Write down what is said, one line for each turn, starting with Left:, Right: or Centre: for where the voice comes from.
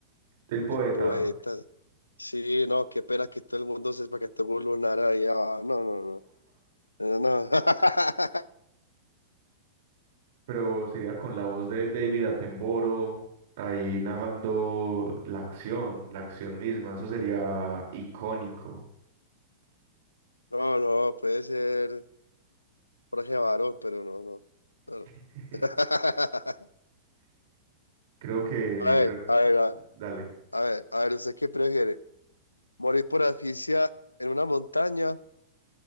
Right: El poeta,
Left: el poeta. Sí, no, qué pena que todo el mundo sepa que tengo un lunar ahí. ah, no, no, no. Eh, No, <laughs>
Right: pero sería con la voz de David Attenborough, ahí narrando la acción, la acción misma, eso sería icónico.
Left: no, no, puede ser. Jorge varón, pero no, no. no, no.
Right: <laughs>
Left: <laughs>
Right: Creo que,
Left: A ver,
Right: creo-
Left: a ver, a
Right: dale.
Left: a ver, a ver, ¿usted qué prefiere? ¿Morir por asfixia en una montaña